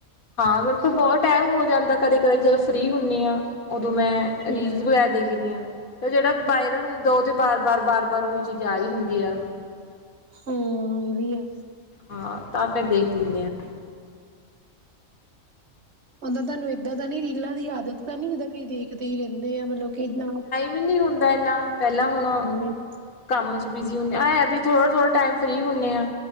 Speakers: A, on the left; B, on the right.
A: ਹਾਂ ਬਿਲਕੁਲ ਬਹੁਤ ਟੈਮ ਹੋ ਜਾਂਦਾ ਕਦੇ-ਕਦੇ ਜਦੋਂ ਫ੍ਰਰੀ ਹੁੰਨੀ ਆਂ। ਉਦੋਂ ਮੈਂ
B: ਹਮ
A: ਰੀਲਸ ਵਗੈਰਾ ਦੇਖਦੀ ਆਂ। ਤੇ ਜਿਹੜਾ ਵਾਇਰਲ ਹੁੰਦਾ ਉਹ ਤੇ ਬਾਰ-ਬਾਰ-ਬਾਰ-ਬਾਰ ਉਹੀ ਚੀਜ਼ ਆ ਰੀ ਹੁੰਦੀ ਆ।
B: ਹੁੰ ਇਹ ਵੀ ਆ।
A: ਹਾਂ ਤਾਂ ਫੇਰ ਦੇਖ ਲਿਂਨੇ ਆ।
B: ਉਦਾਂ ਤਾੱਨੂੰ ਏਦਾਂ ਦਾ ਨੀ ਰੀਲਾਂ ਦੀ ਆਦਤ ਤਾਂ ਨੀ ਜਿੱਦਾਂ ਕਈ ਦੇਖ ਤੇ ਹੀ ਰਹਿੰਦੇ ਆ ਮਤਲਬ ਕਿ ਇੱਦਾਂ
A: ਵੀ ਨਹੀਂ ਹੁੰਦਾ ਏਨਾ ਪਹਿਲਾਂ ਹੁਣ
B: ਇਹ
A: ਕੰਮ ਚ ਬਿਜੀ ਹੁੰਨੇ ਆਂ ਆਂਏਂ ਹੈ ਵੀ ਥੋੜਾ-ਥੋੜਾ ਟਾਈਮ ਫ੍ਰੀ ਹੁੰਨੇ ਆਂ